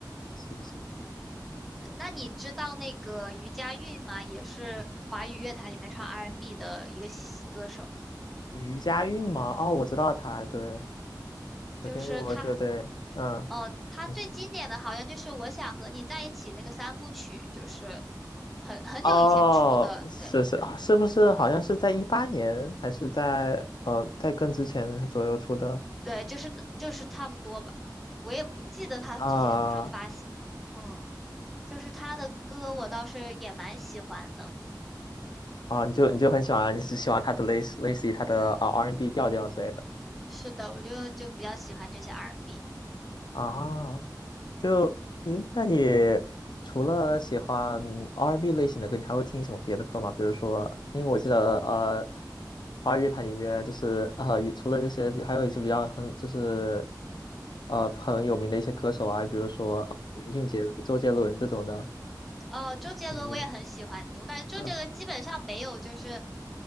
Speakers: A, on the left; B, in the centre.
A: 是是
B: 那你知道那个余佳运吗？也是华语乐坛里面唱 R&B n 的一个西歌手，
A: 余佳运吗？哦，我知道他，对，
B: 就是他，
A: 我听过，对对，嗯，
B: 呃，他最经典的好像就是《我想和你在一起》那个三部曲，
A: 你说。
B: 就是很很久以前出的，
A: 哦，是是，
B: 对。
A: 是不是好像是在一八年，还是在呃在更之前左右出的
B: 对，就是那就是差不多吧，我也不记得他具体什么时候发行了。
A: 啊
B: 嗯，就是他的歌我倒是也蛮喜欢的，
A: 啊？你就你就很喜欢，你是喜欢他的类似类似于他的啊 R&B 调调之类的
B: 是的，我就就比较喜欢这些 R&B。
A: 啊？就，咦，那你除了喜欢嗯 R&B 类型的歌，你还会听什么别的歌吗？比如说，因为我记得，呃，华语乐坛里面就是呃，也除了这些比还有一些比较很就是呃很有名的一些歌手啊，比如说呃林俊杰、周杰伦这种的。
B: 哦，周杰伦我也很喜欢听，
A: 嗯
B: 我感觉周杰伦基本上没有就是，
A: 嗯，